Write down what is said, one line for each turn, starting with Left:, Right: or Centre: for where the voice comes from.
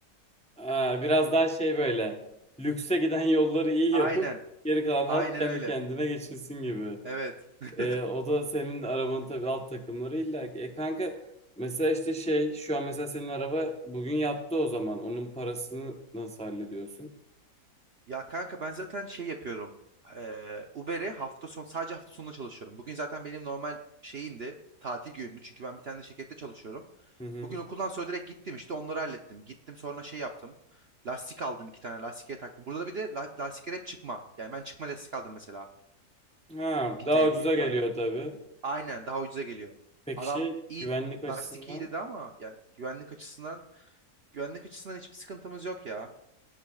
Centre: Ha, biraz daha şey böyle lükse giden yolları iyi
Right: Aynen.
Centre: yapıp geri kalan
Right: Aynen
Centre: halk kendi
Right: öyle.
Centre: kendine geçinsin gibi.
Right: Evet. <laughs>
Centre: E, o da senin arabanın tabii alt takımları illa ki. E kanka mesela işte şey şu an mesela senin araba bugün yattı o zaman. Onun parasını nasıl hallediyorsun?
Right: Ya kanka ben zaten şey yapıyorum. Eee Uber'e hafta sonu sadece hafta sonunda çalışıyorum. Bugün zaten benim normal şeyimdi. Tatil günümdü. Çünkü ben bir tane de şirkette çalışıyorum.
Centre: Hı hı.
Right: Bugün okuldan sonra direkt gittim işte onları hallettim. Gittim sonra şey yaptım. Lastik aldım iki tane lastiklere taktım. Burada bir de la lastikler hep çıkma. Yani ben çıkma lastik aldım mesela.
Centre: Ha,
Right: 1000
Centre: daha ucuza
Right: TL'ye tane.
Centre: geliyor tabii.
Right: Aynen daha ucuza geliyor.
Centre: Peki
Right: Adam
Centre: şey
Right: iyi
Centre: güvenlik açısından?
Right: lastik iyi dedi ama yani güvenlik açısından güvenlik açısından hiçbir sıkıntımız yok ya.